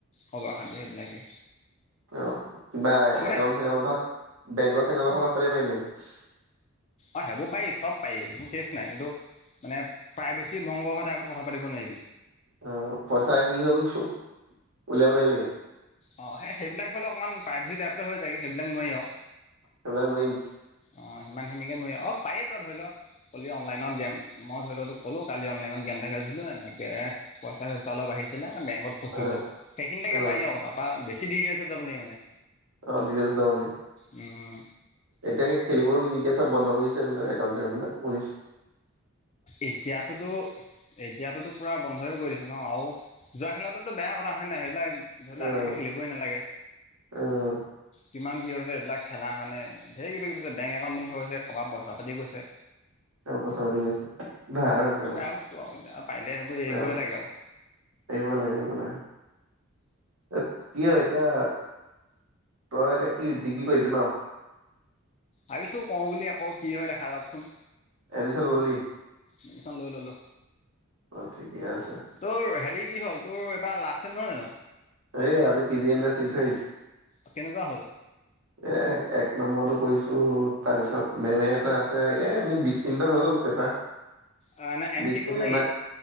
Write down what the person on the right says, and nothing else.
অ কিবা
একাউন্ট চেকাউন্টৰ কথা, বেংকৰ চেংকৰ কথা পাতিব পাৰি নে নোৱাৰি?
অ পইচা কি হ'ল তোৰ? উলিয়াব নোৱাৰিলিগে?
সেইবিলাক নোৱাৰিনি?
অ',
অ',
অ ডিটেলচত যাব নোৱাৰি।
এতিয়া সেই খেলিবলৈ নিদিয়ে চব বন্ধ কৰিছে বোলে একাউন্ট চেকাউন্ট বিলাক, শুনিছো।
অ',
অ',
ত পইচা পাতি গৈছে ধাৰ কাৰোবাৰ
বেয়া বস্তু।
এৰিব লাগে এৰিব লাগে, কি হয় এতিয়া তই এতিয়া কি ডিগ্ৰী কৰিবি ন?
এডমিশন ললি?
অ ঠিকে আছে।
এই আজি পি জি এম এছ দি থৈ আহিছো।
এ এক নম্বৰটো কৰিছো তাৰপিছত মেমে এটা আছে, এ মোৰ বিশ মিনিটত হৈ গল পেপাৰ।
বিশ
মিনিট
নাই